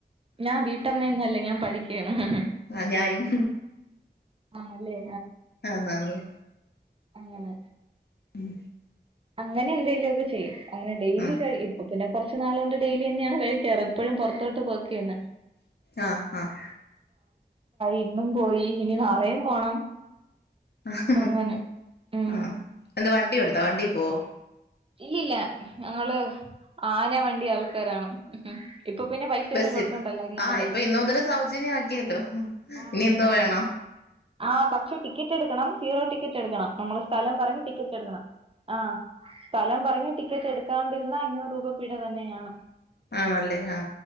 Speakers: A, on the right; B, on the left.
A: ഞാൻ വീട്ടമ്മയയൊന്നും ഞാൻ പഠിക്കുവാ ക്കാണ്
B: ആ ഞാനും
A: ആണ് അല്ലേ
B: ആന് ആന്
A: അങ്ങനെ
B: ഉം
A: അങ്ങനെ എന്തെലും ഒക്കെ ചെയ്യും അങ്ങനെ ഡെയിലി
B: ഉം
A: ഇപ്പ പിന്നെ കുറച്ച നാളുക കൊണ്ട് ഡെയിലിതന്നെയാണ് കഴിക്കാറ് എപ്പോഴും പുറത്തോട്ട് പോക്ക് തന്നെ
B: ആഹ ആഹ
A: ഇന്നും പോയി ഇനി നാളെയും പോണം
B: ഹ ഹിയ്
A: അങ്ങനെ ഉം
B: ആ എന്താ വണ്ടി ഉണ്ടോ വണ്ടി പോവ
A: ഇല്ലല്ല ഞങ്ങള് ആന വണ്ടി ആൾക്കാരാണ് ഇപ്പൊ പിന്നെ പൈസയൊന്നും
B: ബസ്സ
A: കൊടുക്കണ്ടല്ലോ ഇന്ന്
B: ആഹ്
A: മുതല്
B: ഇപ്പൊ ഇന്നു മുതൽ സൗജന്യ ആക്കിയല്ലോ
A: ആഹ്
B: ഇനി എന്തോ
A: സൗജന്യം
B: വേണം
A: തന്നെ ആ പക്ഷെ ടിക്കറ്റ് എടുക്കണം സീറോ ടിക്കറ്റ് ടിക്കറ്റ് എടുക്കണം നമ്മള് സ്ഥലം പറങ്ങി ടിക്കറ്റ് എടുക്കണം ആഹ് ഞൻ പറഞ് ടിക്കറ്റ് എടുക്കാണ്ടിരുന്ന അഞ്ഞൂറ് രൂപ പിഴ തന്നെയാണ്
B: ആണല്ലേ ആഹ